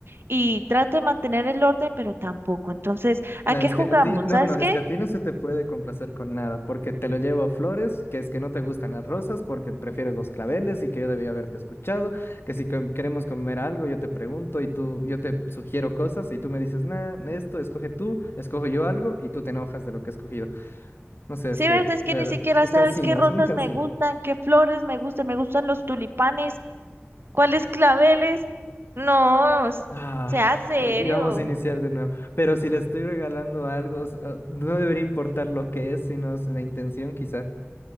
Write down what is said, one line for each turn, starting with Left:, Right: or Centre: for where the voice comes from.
Right: y trato de mantener el orden, pero tampoco. Entonces,
Left: No,
Right: ¿a qué
Left: es
Right: jugamos?
Left: que a ti, no,
Right: ¿Sabes
Left: no, no, es
Right: qué?
Left: que a ti no se te puede complacer con nada, porque te lo llevo flores, que es que no te gustan las rosas, porque prefieres los claveles y que yo debía haberte escuchado, que si com- queremos comer algo, yo te pregunto y tú, yo te sugiero cosas y tú me dices, nah, esto, escoge tú, escojo yo algo y tú te enojas de lo que he escogido. No sé,
Right: Sí,
Left: es que,
Right: ves, es
Left: de
Right: que ni
Left: verdad,
Right: siquiera
Left: es
Right: sabes
Left: cansino,
Right: qué rosas
Left: es muy cansino.
Right: me gustan, qué flores me gustan, me gustan los tulipanes, cuáles claveles. No, s-
Left: Ah,
Right: sea serio.
Left: Eh, Y vamos a iniciar de nuevo. Pero si le estoy regalando algo, o sea, no debería importar lo que es, sino es la intención, quizá.